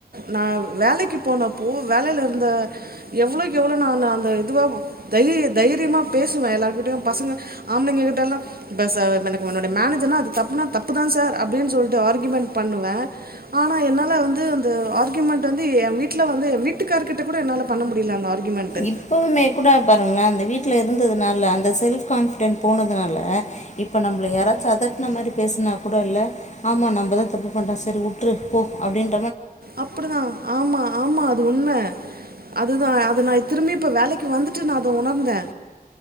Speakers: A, on the right; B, on the left.
A: நா வேலைக்கு போனப்போ வேலேல இருந்த எவ்ளோய்க்கு எவ்ளோ நானு அந்த இதுவா தைரிய தைரியமா பேசுவே எல்லார்கிட்டியு பசுங்க ஆம்ளைங்க கிட்டலா வெச எனக்கு உன்னுடைய மேனஜர்னா அது தப்புனா தப்புதான் சார் அப்டின் சொல்ட்டு ஆர்க்யுமண்ட் பண்ணுவ ஆனா என்னால வந்து அந்த ஆர்க்யுமெண்ட் வந்து எ வீட்ல வந்து எ வீட்டுக்கார்கிட்ட கூட என்னால பண்ண முடில அந்த ஆர்கியூமெண்ட்டு
B: இப்பவுமே கூட பாருங்ளா அந்த வீ ட்ல இருந்ததுனால அந்த செல்ப் கான்ஃபிடென் போனதுனால இப்ப நம்ள யாராச்சு அதட்ன மாரி பேஸ்னா கூட இல்ல ஆமாமாம் அங்க தா தப்பு பண்றோ சரி உட்ரு போ அப்டின்
A: அப்டிதா ஆமா ஆமா அது உண்ம அதுதா அது நா திரும்பி இப்ப வேலைக்கு வந்துட்டு நா அத உணர்ந்த